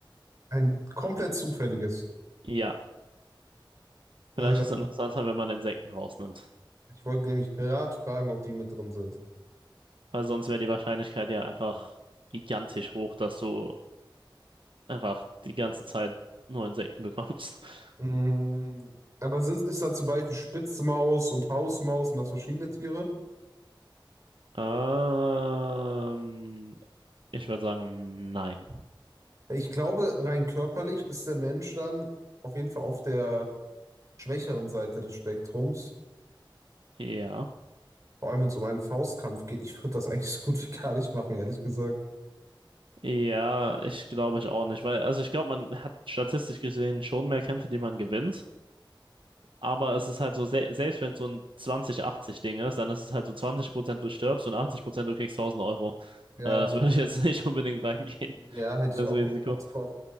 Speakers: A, on the right; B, on the right.
A: Ein komplett zufälliges.
B: Ja, vielleicht
A: Äh,
B: ist es interessanter, wenn man Insekten rausnimmt,
A: ich wollte nämlich gerade fragen, ob die mit drin sind.
B: weil sonst wäre die Wahrscheinlichkeit ja einfach gigantisch hoch, dass du einfach die ganze Zeit nur Insekten bekommst. <laughs>
A: Mm, aber sind, ist da zum Beispiel Spitzmaus und Hausmaus und das verschiedene Tiere?
B: Ähm, ich würde sagen, nein.
A: Ich glaube, rein körperlich ist der Mensch dann auf jeden Fall auf der schwächeren Seite des Spektrums.
B: Ja.
A: Vor allem, wenn es um einen Faustkampf geht. Ich würde das eigentlich so gut wie gar nicht machen, ehrlich gesagt.
B: Ja, ich glaube ich auch nicht, weil, also ich glaube, man hat statistisch gesehen schon mehr Kämpfe, die man gewinnt, aber es ist halt so, se selbst wenn es so ein 20-80-Ding ist, dann ist es halt so 20% du stirbst und 80% du kriegst 1000 Euro.
A: Ja,
B: Äh, das <laughs> würde ich jetzt <laughs> nicht unbedingt reingehen,
A: ja, hätte
B: das
A: ich auch
B: Risiko.
A: keinen Bock drauf.